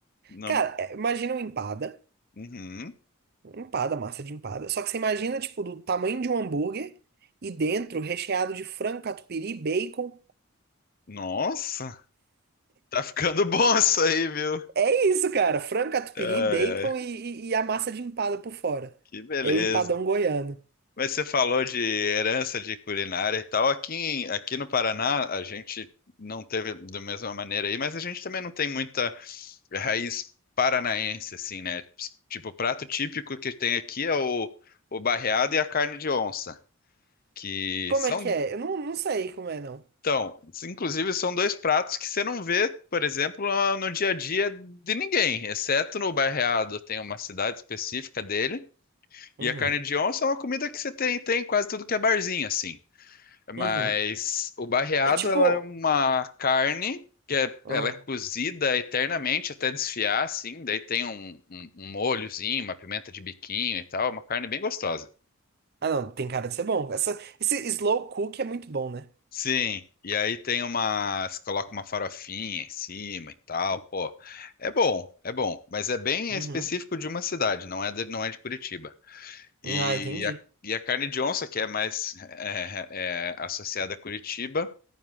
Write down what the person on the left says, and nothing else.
Não.
Uhum.
Nossa, tá ficando <laughs> bom isso aí, viu?
Ai,
ai,
que beleza.
Mas você falou de herança de culinária e tal. Aqui, em- aqui no Paraná, a gente não teve da mesma maneira aí, mas a gente também não tem muita raiz paranaense, assim, né? Tipo, o prato típico que tem aqui é o, o barreado e a carne de onça, que
são,
então, inclusive são dois pratos que você não vê, por exemplo, no dia a dia de ninguém, exceto no barreado, tem uma cidade específica dele.
E a carne de onça é uma comida que você tem, tem em quase tudo que é barzinho, assim. Mas
o barreado,
ela é uma carne que é,
ela é cozida eternamente até desfiar, assim. Daí tem um, um, um molhozinho, uma pimenta de biquinho e tal. É uma carne bem gostosa.
Sim. E aí tem umas, coloca uma farofinha em cima e tal. Pô, é bom, é bom. Mas é bem
específico de uma cidade, não é de, não é de Curitiba. E
a, e a carne de onça, que é mais é, é, associada a Curitiba,